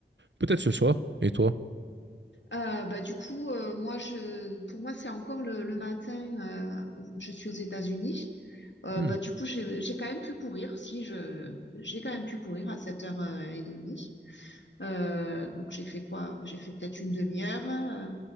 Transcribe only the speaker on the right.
peut-être ce soir. Et toi?
Hmm,